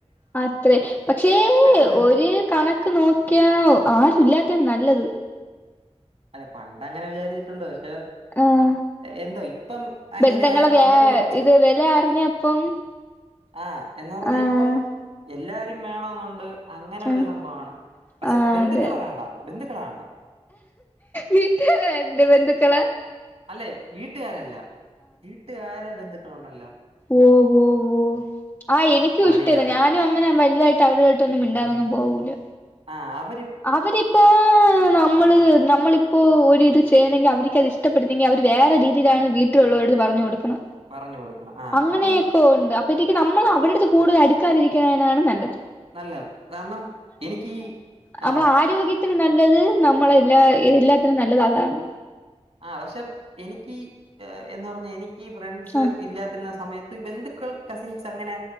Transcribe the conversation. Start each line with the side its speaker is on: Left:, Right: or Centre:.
Left: അത്രേ പക്ഷേ
Right: ഒന്നും
Left: ഒരു കണക്ക് നോക്കിയ ആരു ഇല്ലാത്തയാണ് നല്ലത്
Right: അല്ല പണ്ടങ്ങനെ വിചാരിച്ചിട്ടുണ്ട പക്ഷെ
Left: ആഹ
Right: എന്തോ ഇപ്പം അങ്ങനെ
Left: ബന്ധങ്ങളെ വെ
Right: കമ്പനി അടിച്ച്
Left: ഇത് വെല അറിഞ്ഞപ്പം
Right: ആഹ എന്നാ പറഞ്ഞാ
Left: ആഹ്
Right: ഇപ്പം എല്ലാരും വേണമെന്നുണ്ട് അങ്ങനെ
Left: ആഹ്
Right: ഒരു സംഭവാണ് പക്ഷെ
Left: ആഹ്
Right: ബന്ധുക്കളെ
Left: അതെ
Right: വേണ്ട ബന്ധുക്ക ണ്ട
Left: വീട്ടാര എന്റെ ബന്ധുക്കള്
Right: അല്ലെ വീട്ടുകാരല്ല വീട്ട്കാരാ <unintelligible> <unintelligible>
Left: ഓ ഓ ഓ ആ എനിക്കും
Right: പണിയാർന്നു
Left: ഇഷ്ടമല്ല ഞാനും അങ്ങനെ വലു തായിട്ട് അവരുവായിട്ടൊന്നും മിണ്ടാനൊന്നും പോവൂല്ല
Right: ആഹ്
Left: അവരിപ്പോ നമ്മള് നമ്മളിപ്പോ ഒരിത് ചെയ്യണങ്കി അവരി ക്കതിഷ്ടപ്പെടുന്നെങ്കി അവര് വേറെ രീതിയിലാണ് വീലുള്ളവരടടുത്ത് പറഞ്ഞു കൊടുക്കു ന്ന്
Right: പറഞ്ഞു കൊടുക്കണം ആ
Left: അങ്ങനെയൊക്കെ
Right: അപ്പം
Left: ഉണ്ട് അപ്പഴത്തേക്ക് നമ്മൾ അവരടടുത്ത് കൂടുതലടു ക്കാതിരിക്കാനാണ് നല്ലത്
Right: നല്ലത് കാരണം എനിക്കീ
Left: നമ്മളാരോഗ്യ
Right: ആഹ്.
Left: ത്തിന് നല്ലത് നമ്മളെ എല്ലാ എ എല്ലാത്തിനും നല്ലതതാണ്.
Right: ആ പക്ഷെ എനിക്കീ എ എന്നൊ പൊ ന്നെനി ക്കി ഫ്രണ്ട്സ്
Left: ആഹ്
Right: ഇല്ലാത്തിനസ് സമയത്ത് ബന്ധുക്കൾ കസിൻസ് അങ്ങനെ